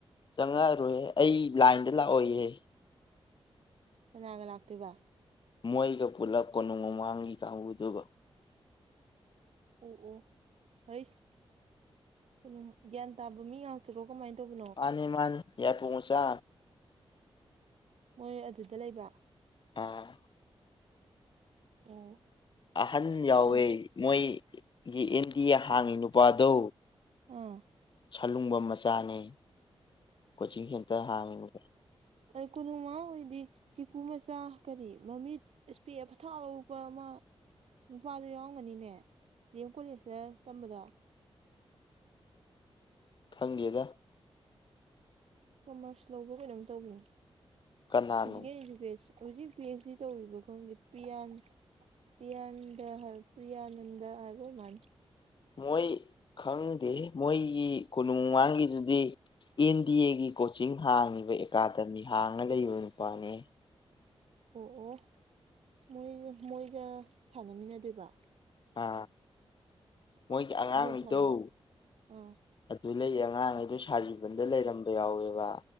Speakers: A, on the left; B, on the right.
A: ꯆꯪꯉꯛꯔꯣꯏꯍꯦ ꯑꯩ ꯂꯥꯏꯟꯗ ꯂꯥꯛꯑꯣꯍꯦ
B: ꯀꯅꯥꯒ ꯂꯥꯛꯇꯨꯏꯕ
A: ꯃꯣꯏꯒ ꯄꯨꯜꯂꯞ ꯀꯣꯅꯨꯡꯃꯥꯡꯒꯤ ꯀꯥꯡꯕꯨꯗꯨꯕ
B: ꯑꯣ ꯑꯣ ꯐꯩꯁ ꯀꯩꯅꯣ ꯒ꯭ꯌꯥꯟ ꯇꯥꯕ ꯃꯤ ꯉꯥꯛꯇ ꯀꯃꯥꯏ ꯇꯧꯕ
A: ꯃꯥꯅꯤ ꯃꯥꯅꯤ ꯌꯥ ꯄꯆꯥ
B: ꯃꯣꯏ ꯑꯗꯨꯗ ꯂꯩꯕ
A: ꯑ
B: ꯑꯣ
A: ꯑꯍꯟ ꯌꯥꯎꯋꯦ
B: ꯑꯗꯨ
A: ꯃꯣꯏꯒꯤ ꯑꯦꯟꯗꯤ ꯍꯥꯡꯉꯤ ꯅꯨꯄꯥꯗꯣ
B: ꯎꯝ
A: ꯁꯜꯂꯨꯡꯕ ꯃꯆꯥꯅꯦ ꯀꯣꯆꯤꯡ ꯁꯦꯟꯇꯔ ꯍꯥꯡꯉꯤ ꯃ
B: ꯑ ꯀꯅ ꯃꯥ ꯑꯣꯏꯗꯤ ꯀꯦꯀꯨ ꯃꯆꯥ ꯀꯔꯤ ꯃꯃꯤꯠ ꯏꯁꯄꯦ ꯄꯊꯥꯎꯧꯕ ꯑꯃ ꯏꯝꯐꯥꯜꯗꯣ ꯌꯥꯎꯔꯝꯒꯅꯤꯅꯦ ꯗꯤ ꯑꯦꯝ ꯀꯣꯂꯦꯖꯇ ꯇꯝꯕꯗꯣ
A: ꯈꯪꯒꯦꯗ
B: ꯀꯃꯔꯁ ꯂꯧꯕ ꯀꯩꯅꯣꯝ ꯇꯧꯕꯅꯤ
A: ꯀꯅꯥꯅꯣ
B: ꯐꯤꯖꯤꯀꯦꯜ ꯏꯗꯨꯀꯦꯁꯟ ꯍꯧꯖꯤꯛ ꯄꯤ ꯑꯩꯆ ꯗꯤ ꯇꯧꯔꯤꯕ ꯈꯪꯗꯦ ꯄꯤꯌꯥꯟ ꯄ꯭ꯌꯥꯅꯟꯗ ꯍꯥꯏ ꯄ꯭ꯔꯤꯌꯥꯅꯟꯗ ꯍꯥꯏꯕꯃꯟ
A: ꯃꯣꯏ ꯈꯪꯗꯦ ꯃꯣꯏꯒꯤ ꯀꯣꯅꯨꯡꯃꯥꯡꯒꯤꯗꯨꯗꯤ ꯑꯦꯟ ꯗꯤ ꯑꯦꯒꯤ ꯀꯣꯆꯤꯡ ꯍꯥꯡꯉꯤꯕ ꯑꯦꯀꯥꯗꯃꯤ ꯍꯥꯡꯉ ꯂꯩꯕ ꯅꯨꯄꯥꯅꯦ
B: ꯑꯣ ꯑꯣ ꯃꯣꯏꯒ ꯃꯣꯏꯒ ꯁꯥꯟꯅꯃꯤꯟꯅꯗꯣꯏꯕ
A: ꯑ ꯃꯣꯏꯒꯤ ꯑꯉꯥꯡ
B: ꯕꯣꯜ
A: ꯏꯊꯧ
B: ꯁꯥꯟꯅꯧ ꯑꯥ
A: ꯑꯗꯨ ꯂꯩꯌꯦ ꯑꯉꯥꯡꯈꯩꯗꯣ ꯁꯥꯖꯤꯕꯟꯗ ꯂꯩꯔꯝꯕ ꯌꯥꯎꯋꯦꯕ